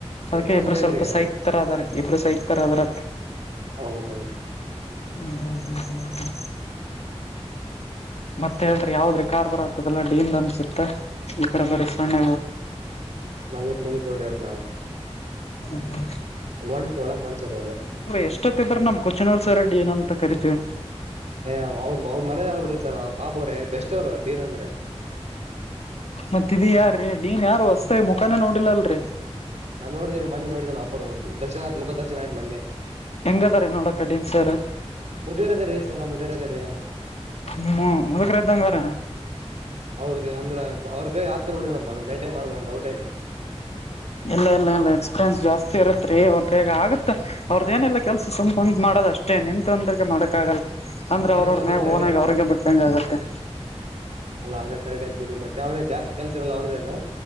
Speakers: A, on the left (about 65°); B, on the right (about 80°).
A: ಅದಕ್ಕೆ
B: ಹೊಸದ್
A: ಇಬ್ರು
B: ಹೇಳಿದ್ರಿ
A: ಸ್ವಲ್ಪ
B: ನಾವಗೆ
A: ಸೈಕ್ ತರ ಅದಾರ ಇಬ್ರು ಸೈಕ್ ತರ ಅದಾರ
B: ಹೌದೌದು
A: ಹ್ಮ ಹ್ಮ ಹ್ಮ ಹ್ಮ ಹ್ಮ ಮತ್ತತ್ ಹೇಳ್ರಿ ಯಾವ್ದ್ರಿ ಕಾರ್ಬಾರ ಆಗ್ತದಲ್ಲಾ ಡೀನ್ ಅನ್ಸುತ್ತೆ ಈಕಡೆ ಬರ ಸಣ್ಣ
B: ನಾಲಕ್ ಮನಿ ತೊಡ್ಯಾಡ್ತಾಲ್
A: ಹ್ಮ್ ಹ್ಮ್
B: ಒಂಟ ಒಳಗ ಹೊಂಡ್ತದದ್
A: ಎಷ್ಟೊತ್ತಿದ್ರ ನಮ್ ಕೊಚನೋಳ್ ಸರ್ ನ ಡೀನ ಅಂತ ಕರಿತೀವಿ
B: ಏ ಅವ್ ಅವ್ರ ಅವ್ರ ಮರ್ಯಾದಿ ಅಲ್ ಬಿಡ್ರಿ ಸರ ಪಾಪ ಅವ್ರೇ ಬೆಸ್ಟ್ ಅವ್ರ ಡೀನ್ ಅಂದ್ರೆ
A: ಮತ್ತ ಇದ ಯಾರ್ರೀ ಡೀನ್ ಯಾರು ಹೊಸ್ದಾಗಿ ಮುಖಾನೇ ನೋಡಿಲ್ಲಲ್ರಿ
B: ನಾನ್ ನೋಡಿದೇರಿ ಮನ್ನೆ ನೋಡದೆ ನಾ ಅಪರೂ ಅವಂದು ದರ್ಶನ್ ಆಯ್ತ ಮುಖದರ್ಶನ ಆಯ್ತ್ ಮನ್ನೆ
A: ಹೆಂಗದಾರ ನೋಡಕ ಡೀನ ಸರ
B: ಮುದೇರ ಅದೇರಿ ಸರ ಮುದೇರದೇರಿ
A: ಹ್ಮ ಮುದಕರ ಇದ್ದಂಗಾರ
B: ಹೌದ್ರಿ ಅಂದ್ರ ಅವ್ರ ಕೈ ಆ ಹತರ್ ಬಿಡ್ರ ನಮ್ಮ ಮೈಂಟೈನ್ ಮಾಡದ ನ ಡೌಟ್ ಐದೆ
A: ಇಲ್ಲ ಇಲ್ಲ ಇಲ್ಲ ಎಕ್ಸಪೆನ್ಸ್ ಜಾಸ್ತಿ ಇರತ್ರಿ ಅವ್ರ ಕೈಗ ಆಗತ್ತ ಅವರದೇನಿಲ್ಲ ಕೆಲ್ಸ ಸುಮ್ ಕುಂತ ಮಾಡೋದ ಅಷ್ಟೇ ನಿಂತ ತ ತಂತ್ರಿಕ ಮಾಡಕ್ಕ ಆಗಲ್ಲ ಅಂದ್ರ
B: ಅದೇ
A: ಅವ್ರವ್ರ
B: ಅದೇನ್
A: ಮ್ಯಾಗ
B: ಕರೆಕ್ಟ್
A: ಓನಾಗ
B: ಆಯ್ತ್
A: ಅವ್ರಿಗೆ ಬಿಟ್ಟಂಗ ಆಗತ್ತೆ
B: ಅಲ್ಲ ಅದ ಕರೆಕ್ಟ್ ಆಯ್ತಬೀಡ್ರಿ ಮತ್ತ್ಯಾವೇನ ಜಾಸ್ತಿ ಕೆಳಸಿರಲ್ಲ ಅವ್ರದೇನು